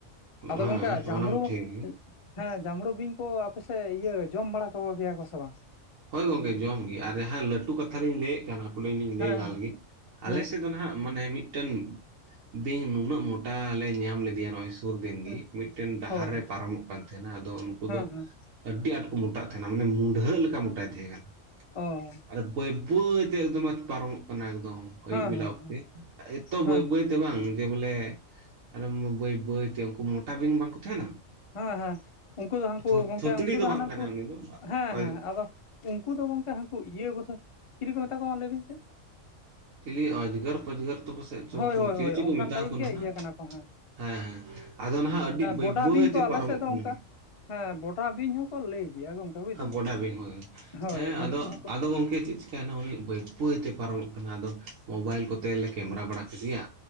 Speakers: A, on the right (about 75°); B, on the left (about 55°).
A: ᱦᱮᱸ
B: ᱟᱫᱚ ᱜᱚᱢᱠᱮ ᱡᱟᱢᱲᱩ
A: ᱚᱱᱟ ᱢᱟ ᱴᱷᱤᱠ ᱜᱮ
B: ᱦᱮᱸ ᱡᱟᱢᱲᱳ ᱵᱤᱧ ᱠᱚ ᱟᱯᱮ ᱥᱮᱫ ᱤᱭᱟᱹ ᱡᱚᱢ ᱵᱟᱲᱟ ᱠᱚᱜᱮᱭᱟ ᱠᱚ ᱥᱮ ᱵᱟᱝ?
A: ᱦᱳᱭ ᱜᱚᱝᱠᱮ ᱡᱚᱢ ᱜᱮ ᱟᱨ ᱡᱟᱦᱟᱸ ᱞᱟᱹᱴᱩ ᱠᱟᱛᱷᱟᱞᱤᱧ ᱞᱟᱹᱭᱮᱫ ᱠᱟᱱ ᱯᱟᱞᱤᱧ ᱞᱟᱹᱭ
B: ᱦᱮᱸ
A: ᱞᱟᱦᱟ ᱞᱮᱜᱤ, ᱟᱞᱮᱥᱮᱫ
B: ᱦᱮᱸ
A: ᱫᱚ ᱦᱟᱸᱜ ᱢᱟᱱᱮ ᱢᱤᱫᱴᱮᱱ ᱵᱤᱧ ᱱᱩᱱᱟᱹᱜ ᱢᱚᱴᱟ ᱞᱮ ᱧᱟᱢ ᱞᱮᱫᱮᱭᱟ ᱱᱚᱜᱼᱚᱭ ᱥᱩᱨ ᱫᱤᱱ ᱜᱮ
B: ᱦᱮᱸ
A: ᱢᱤᱫᱴᱮᱱ ᱰᱟᱦᱟᱨ
B: ᱦᱳᱭ
A: ᱨᱮ
B: ᱦᱳᱭ
A: ᱯᱟᱨᱚᱢᱚᱜ ᱠᱟᱱ ᱛᱟᱦᱮᱱᱟ ᱟᱫᱚ ᱩᱱᱠᱩ
B: ᱦᱮᱸ
A: ᱫᱚ
B: ᱦᱮᱸ
A: ᱟᱹᱰᱤ ᱟᱸᱴ ᱠᱚ ᱢᱚᱴᱟᱜ ᱛᱟᱦᱮᱸᱱᱟ ᱢᱟᱱᱮ ᱢᱩᱰᱷᱟᱹ ᱞᱮᱠᱟ ᱢᱚᱴᱟᱭ ᱛᱟᱦᱮᱸ ᱠᱟᱱᱟ᱾
B: ᱚ
A: ᱟᱨ ᱵᱟᱹᱭ ᱵᱟᱹᱭ ᱛᱮ ᱮᱠᱫᱚᱢᱮ ᱯᱟᱨᱚᱢᱚᱜ ᱠᱟᱱᱟ ᱮᱠᱫᱚᱢ᱾ ᱚᱭᱩᱵ
B: ᱦᱮᱸ
A: ᱵᱮᱞᱟ
B: ᱦᱮᱸ
A: ᱚᱠᱛᱮ, ᱮᱛᱚ
B: ᱦᱮᱸ
A: ᱵᱟᱹᱭ ᱵᱟᱹᱭ ᱛᱮ ᱵᱟᱝ᱾ ᱡᱮ ᱵᱚᱞᱮ ᱟᱨ ᱵᱟᱹᱭ ᱵᱟᱹᱭ ᱛᱮ ᱩᱱᱠᱩ ᱢᱚᱴᱟ ᱵᱤᱧ ᱵᱟᱝ ᱚ ᱛᱟᱦᱮᱱᱟ᱾
B: ᱦᱮᱸ ᱦᱮᱸ ᱩᱱᱠᱩ ᱫᱚ ᱦᱟᱹᱱᱠᱩ
A: ᱛᱷᱩ-
B: ᱜᱚᱝᱠᱮ
A: ᱛᱷᱩᱛᱲᱤ
B: ᱩᱱᱠᱩ ᱫᱚ
A: ᱵᱟᱝ
B: ᱦᱟᱱᱠᱩ
A: ᱠᱟᱱᱟᱭ ᱩᱱᱤ ᱫᱚ
B: ᱦᱮᱸ
A: ᱚᱡ-
B: ᱦᱮᱸ ᱟᱫᱚ᱾ ᱩᱱᱠᱩ ᱫᱚ ᱜᱚᱝᱠᱮ ᱦᱟᱱᱠᱩ ᱤᱭᱟᱹ ᱠᱚᱫᱚ ᱪᱤᱞᱤ ᱠᱚ ᱢᱮᱛᱟ ᱠᱚᱣᱟ ᱞᱟᱹᱭ ᱵᱤᱱ ᱥᱮ᱾
A: ᱪᱤᱞᱤ ᱚᱡᱽᱜᱟᱨ ᱯᱚᱡᱜᱟᱨ ᱛᱚ ᱯᱟᱥᱮᱫ
B: ᱦᱳᱭ ᱦᱳᱭ
A: ᱪᱤᱞᱤ
B: ᱦᱳᱭ
A: ᱪᱚ ᱠᱚ
B: ᱚᱱᱠᱟᱱ
A: ᱢᱮᱛᱟ
B: ᱴᱟᱭᱤᱯ
A: ᱠᱚ
B: ᱜᱮ
A: ᱱᱟᱦᱟᱜ᱾
B: ᱤᱭᱟᱹ ᱠᱟᱱᱟ ᱠᱚ
A: ᱦᱮᱸ ᱦᱮᱸ ᱟᱫᱚ ᱱᱟᱦᱟᱜ ᱟᱹᱰᱤ ᱵᱟᱹᱭ
B: ᱵᱚᱰᱟ
A: ᱵᱟᱹᱭ
B: ᱵᱤᱧ ᱠᱚ
A: ᱛᱮ
B: ᱟᱞᱮ
A: ᱯᱟᱨᱚᱢᱚᱜ
B: ᱥᱮᱫ ᱫᱚ
A: ᱠᱟᱱᱟ᱾
B: ᱚᱱᱠᱟ ᱦᱮᱸ ᱵᱚᱴᱟ ᱵᱤᱧ ᱦᱚᱸᱠᱚ ᱞᱟᱹᱭ ᱜᱮᱭᱟ ᱜᱚᱝᱠᱮ᱾ ᱵᱩᱡ ᱫᱟᱵᱤᱱ
A: ᱵᱚᱰᱟ ᱵᱤᱧ ᱦᱳᱭ,
B: ᱦᱳᱭ
A: ᱦᱮᱸ ᱟᱫᱚ
B: ᱩᱱᱠᱩ ᱦᱚᱸᱠᱚ
A: ᱟᱫᱚ ᱜᱚᱝᱠᱮ ᱪᱮᱫ ᱛᱮᱱ ᱦᱩᱭᱩᱜ ᱵᱟᱹᱭ ᱵᱟᱹᱭ ᱛᱮ ᱯᱟᱨᱚᱢᱚᱜ ᱠᱟᱱᱟ, ᱟᱫᱚ ᱢᱳᱵᱟᱭᱤᱞ ᱠᱚᱛᱮ ᱞᱮ ᱠᱮᱢᱮᱨᱟ ᱵᱟᱲᱟ ᱠᱮᱫᱮᱭᱟ᱾